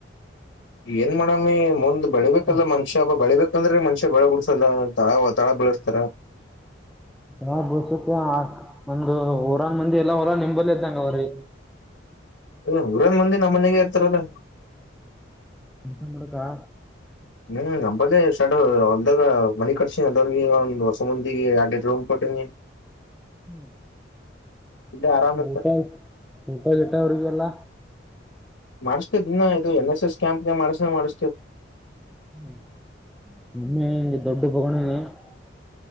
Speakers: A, on the left; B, in the centre.
A: ಏನ್ ಮಾಡಮಿ ಮುಂದ್ ಬೆಳಿಬೇಕಲ್ಲ
B: ಹ್ಮ್
A: ಮನಷ್ಯ ಬ್ಬ ಬೆಳಿಬೇಕ್. ಯಾಕಂದ್ರೆ ಮನುಷ್ಯ ಬೆಳ್ಯಾಬುಡ್ಸಲ್ಲ ತಾಳ ತಳ ಬಿಳ್ಸ್ತಾರ.
B: ಹ ಬಸತ್ಯ ಒಂದು ಊರಾನ್ಮಂದಿಯಲ್ಲ ಹೊರಾ ನಿಂಬಲ್ಲ್ದಂಗೌರ್ರೀ.
A: ವ್ ಊರ್ಯಾನ್ಮಂದಿ ನಮ್ಮನ್ಯಾಗೇ ಇರ್ತಾರಲ್ಲ.
B: ಕೆಲಸ ಮಾಡಕ್ಕ.
A: ಹ್ಮ್ ನಮ್ಮಲ್ಲೆ ಸೆಡ್ ಹೊಲ್ದಾಗ ಮನಿ ಕಟ್ಸಿ ಅದೌರ್ಗೀಗ ಹೊಸ ಮಂದಿಗೆ ಯಾಡೆಡ್ ರೂಮ್ ಕೊಟ್ಟಿನಿ.
B: ಹ್ಮ್.
A: ಇಲ್ಲೇ ಆರಾಮ್ ಇರ್ತ
B: ಊಟ ಊಟ ಗೀಟಾವ್ರಿಗೆಲ್ಲ.
A: ಅಷ್ಟೆ ದಿನಾ ಇದು ಎನ್ ಎಸ್ ಎಸ್ ಕ್ಯಾಂಪ್ನಾಗ್ಮಾಡಸ್ತಾಗ್ಮಾಡಸ್ತೀವ್.
B: <unintelligible>